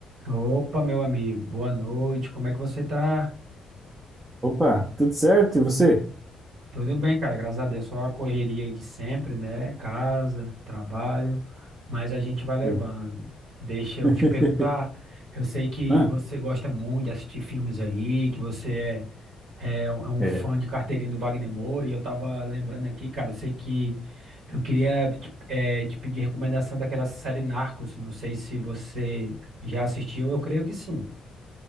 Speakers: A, on the right (about 85°); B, on the right (about 25°).
A: Opa, meu amigo, boa noite. Como é que você tá?
B: Opa, tudo certo? E você?
A: Tudo bem, cara, graças a Deus. Só a correria aí de sempre, né? Casa, trabalho, mas a gente vai levando.
B: Eu.
A: Deixa eu
B: <laughs>
A: te perguntar. Eu sei que
B: Ah,
A: você gosta muito de assistir filmes aí, que você é, é é um é um
B: é.
A: fã de carteirinha do Wagner Moura, e eu tava lembrando aqui, cara, eu sei que eu queria te, eh, te pedir recomendação daquela série Narcos. Não sei se você já assistiu, eu creio que sim.